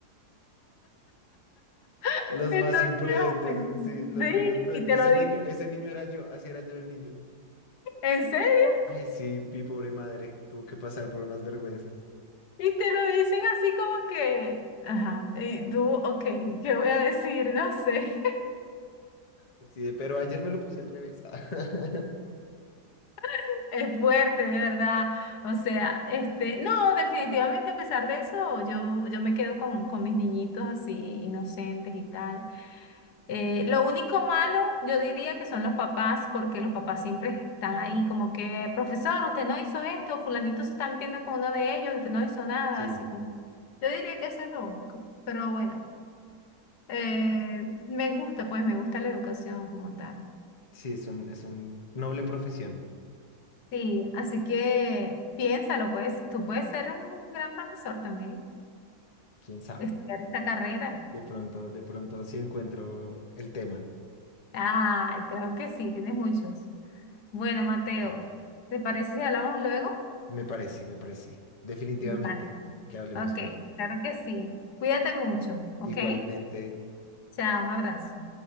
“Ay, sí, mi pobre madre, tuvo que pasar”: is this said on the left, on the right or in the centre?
Left